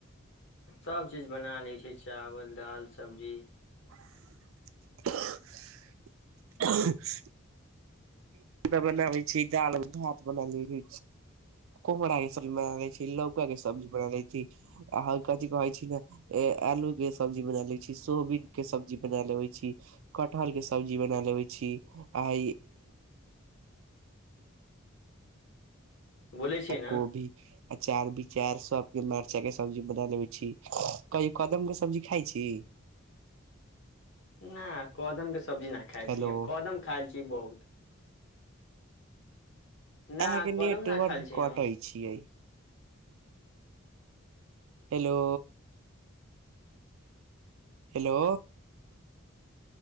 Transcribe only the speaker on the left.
सभचीज बना लै छिये चावल दाल सब्जी
बोलै छी
न
नहि कदम के सब्जी नहि खाई
छी कदम खा छी बहुत ना
कदम ना खायल छी
हम